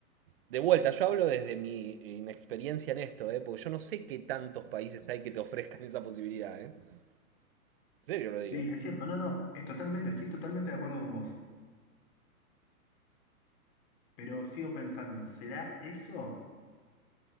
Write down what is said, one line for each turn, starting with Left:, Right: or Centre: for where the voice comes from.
Right: De vuelta, yo hablo desde mi inexperiencia en esto, ¿eh? porque yo no sé qué tantos países hay que te ofrezcan esa posibilidad. ¿eh? En serio lo digo.
Left: Sí, es cierto, no, no, es totalmente, estoy totalmente de acuerdo con vos, pero sigo pensando, ¿será eso?